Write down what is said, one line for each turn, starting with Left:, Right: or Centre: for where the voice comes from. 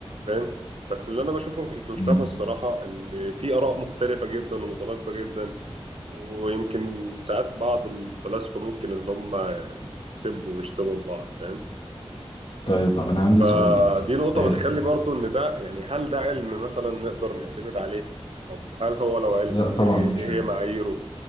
Right: فاهم بس اللي انا بشوفه في الفلسفه
Left: امم
Right: الصراحه ان في اراء مختلفه جدا ومتناقضه جدا ويمكن ساعات بعض الفلاسفه ممكن اللي هم يسبوا ويشتموا لبعض فاهم
Left: طيب انا عندي
Right: فدي
Left: سؤال ليك
Right: نقطة
Left: آه،
Right: بتخلي برضو إن ده يعني هل ده علم مثلا نقدر نعتمد عليه؟ طب هل هو لو علم
Left: لا
Right: إيه
Left: طبعا مش
Right: إيه
Left: علم.
Right: هي معاييره؟